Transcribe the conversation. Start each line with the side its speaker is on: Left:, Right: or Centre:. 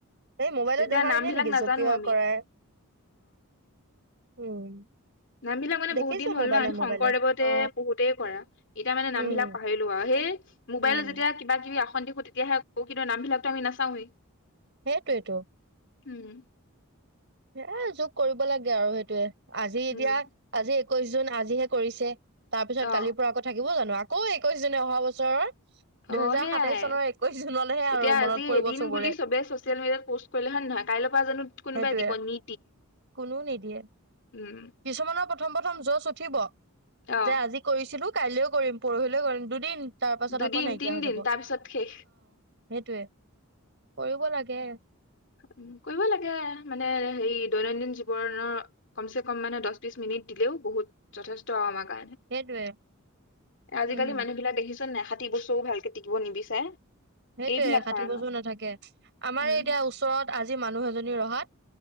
Right: এই মোবাইলত
Left: এতিয়া
Right: দেখা
Left: নাম
Right: খিনিয়ে
Left: বিলাক
Right: নেকি
Left: নাজানো
Right: জপিওৱা
Left: আমি
Right: কৰাই উম।
Left: নাম বিলাক মানে
Right: দেখিছো
Left: বহুত দিন হ'ল
Right: মোবাইলে
Left: না। আমি
Right: মোবাইলে
Left: শংকৰদেৱতে
Right: অ
Left: পঢ়োতেই কৰা। এতিয়া মানে
Right: উম
Left: নাম বিলাক পাহৰিলোঁ আৰু সেই মোবাইলত
Right: উম
Left: যেতিয়া কিবা কিবি অশান্তি হো থাকেহে প্ৰকৃত নাম বিলাকতো আমি নাচাৱেই।
Right: সেইটোৱেই টো
Left: উম
Right: এ যোগ কৰিব লাগে আৰু সেইটোয়ে আজি
Left: উম
Right: এতিয়া আজি কৈছো না আজিহে কৰিছে তাৰ পিছত
Left: অ
Right: কালিৰ পৰা আকৌ থাকিব জানো আ আকৌ একৈছ দিন অহা বছৰৰ দুহেজাৰ
Left: অ সেয়াই
Right: সাতাইশ চনৰ একৈশ জুনলৈহে
Left: এতিয়া
Right: আৰু মনত
Left: আজি
Right: পৰিব
Left: এদিন
Right: চবৰে
Left: বুলি চবে চচিয়েল মিডিয়াত পষ্ট কৰিলে হয়ে নহয় কাইলৈৰ পৰা জানো কোনোবাই
Right: সেইটোয়ে
Left: দিব নি
Right: কোনো নিদিয়ে
Left: উম
Right: কিছুমানৰ প প্ৰথম প্ৰথম জচ উঠিব
Left: অ
Right: যে আজি কৰিছিলো কাইলৈও কৰিম পৰহিলেও কৰিম দুদিন তাৰ পাছত
Left: দুদিন
Right: আকৌ নাইকিয়া
Left: তিনদিন
Right: হৈ যাব অ
Left: তাৰপিছত শেষ
Right: সেইটোৱেই কৰিব লাগে
Left: উ কৰিব লাগে মানে হেৰি দৈনন্দিন জীৱনৰ কম চে কম মানে দহ বিশ মিনিট দিলেও বহুত যথেষ্ট আমাক
Right: সেইটোয়ে
Left: আজিকালি
Right: উম
Left: মানুহ বিলাক দেখিছ নাইষাি বস্তৰও ভালকে টিকিব নিবিচাৰে
Right: সেইটোয়ে
Left: এইবিলাক
Right: ষাঠি
Left: কাৰণত
Right: বছৰ নাথাকে আমাৰ
Left: উম
Right: এতিয়া ওচৰত আজি মানুহ এজনী ৰহাত